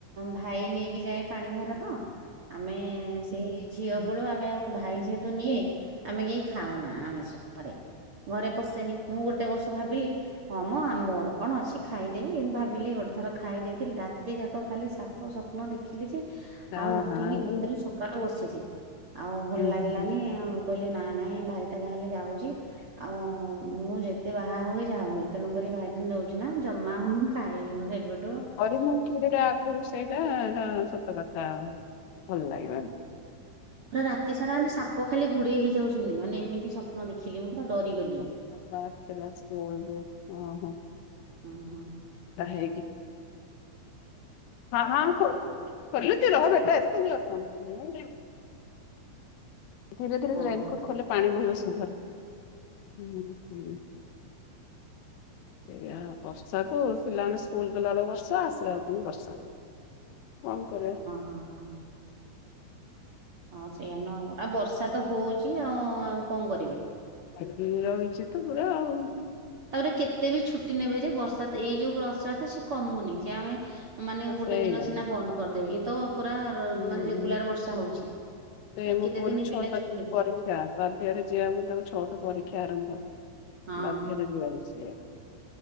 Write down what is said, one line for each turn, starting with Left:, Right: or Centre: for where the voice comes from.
Right: ଭାଇ ନେଇକି ଯାଏ ପାଣି ଭାର ତ। ଆମେ ସେଇ ଝିଅ
Left: ହଁ।
Right: ବେଳୁ ଆମେ ଆଉ ଭାଇ ଯେହେତୁ ନିଏ। ଆମେ କେହି ଖାଉନା ଆମିଷ ଘରେ ଘରେ ପଶେନି ମୁଁ ଗୋଟେ ବର୍ଷ ଭାବିଲି। ହଁ ମଁ ମୋର କଣ ଅଛି ଖାଇଦେବି ଏମତି ଭାବିଲି ଗୋଟେ ଥର ଖାଇଦେଇଥିଲି ରାତି ଯାକ ଖାଲି ସାପ ସପନ। ହ ଦେଖିଲି ଯେ
Left: ହଁ
Right: ଆଉ ଉଠିକି
Left: ହଁ
Right: ଭିତରେ
Left: ହୁଁ
Right: ସକଳୁ ବସିଛି। ଆଉ ଭଲ ଲାଗିଲାନି।
Left: ହୁଁ
Right: କହିଲି ନାଁ ନାଇଁ ଭାଇଟା ଯାହାଲେ ଯାଉଛି ଆଉ ମୁଁ ଯେତେ ବାହା ହୁଏ। ଯା ହୁଏ ତେଣୁକ ଭାଇଟା ନେଉଛି ନା ଜମା ହ ଖାଇଲୁନସେବେଠୁଁ।
Left: <unintelligible> ଭଲ ଲାଗିଲା।
Right: ରାତି ସାରା ମ ସାପ ଖାଲି ଗୁଡେଇ ହେଇ ଯାଉଛନ୍ତି ମାନେ ଏମିତିସପନ। ମୁଁ ଦେଖିଲି ମୁଁ ତ ଡରିଗଲି।
Left: <unintelligible> <unintelligible>
Right: ହଁ ହଁ
Left: ହଁ ହଁ ଖ ଖଲତିଲ ବେଟା <unintelligible> ଧୀରେ ଧୀରେ
Right: ହଁ
Left: ରେନକୋଟ
Right: ହଁ
Left: ଖଲେ ପାଣି ବୋହିବ ସିଧାରେ। ହୁଁ ହୁଁ।
Right: ହ <inaudible>
Left: ସୋ ବର୍ଷାକୁ ପିଲାମାନେ ସ୍କୁଲ ପିଲା ବେଳକୁ ବର୍ଷା ଆସିଲା ବେକୁ ବର୍ସା। କଣ କରି ବ।
Right: ହଁ ହଁ ହଁ ସେଇଆା ନ କ ଆଉ ବର୍ଷା ତ ହଉଛି ଆଉ ଆଉ କଣ କରିବି।
Left: ଆଜି ରହିଛି ତ ପୁରା ଆଉ।
Right: ତାପରେ କେତେ ବି ଛୁଟି ନେବେ ଯେ ବର୍ଷା ଏଇ ଯୋଉ ବର୍ଷା ତ ସେ କମୁନି ସେ ଆମେ। ମାନେ ଗୋଟେ
Left: ସେଇଆ
Right: ଦିନ ସିନା ବନ୍ଦ। କରିଦେବି ଇଏ ତ ପୁରା
Left: ସେ
Right: ମାନେ ରେଗୁଲାର ବର୍ଷା ହଉଛି ଆଉ
Left: ମୋ
Right: କେତେ
Left: ପୁଅର
Right: ଦିନ
Left: ବି ଛଅଟା
Right: ପିଲା ଛୁଟି ନେବେ।
Left: ପରୀକ୍ଷା ବାଧ୍ୟରେ ଯିବାକୁ ତାଙ୍କ ଛଅଟା ପରୀକ୍ଷା ଆରମ୍ଭ
Right: ହଁ।
Left: ବାଧ୍ୟରେ ଯିବାକୁ।